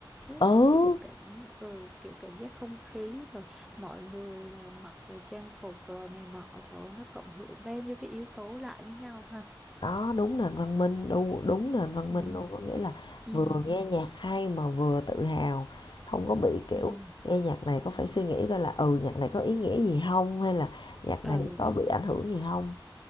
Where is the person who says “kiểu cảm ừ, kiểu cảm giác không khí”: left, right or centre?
Centre